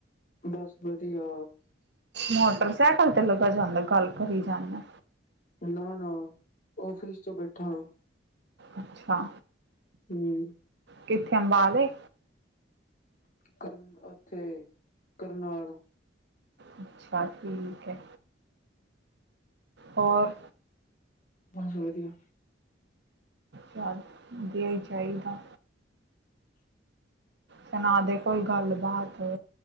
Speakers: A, on the left (about 45°); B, on the right (about 65°).
A: ਬਸ ਵਧੀਆ।
B: ਮੋਟਰਸਾਈਕਲ ਤੇ ਲੱਗਾ ਜਾਂਦਾ ਗੱਲ ਕਰੀ ਜਾਂਦਾ।
A: ਨਾ-ਨਾ ਔਫਿਸ ਚ ਬੈਠਾ ਆਂ।
B: ਅੱਛਾ।
A: ਹੂੰ।
B: ਕਿੱਥੇ ਅੰਬਾਲੇ?
A: ਕਰਨ ਉੱਥੇ, ਕਰਨਾਲ।
B: ਅੱਛਾ, ਠੀਕ ਐ। ਹੋਰ
A: ਬਸ ਵਧੀਆ।
B: ਚਲ ਵਦੀਆ ਈ ਚਾਹੀਦਾ। ਸੁਣਾ ਦੇ ਕੋਈ ਗੱਲਬਾਤ।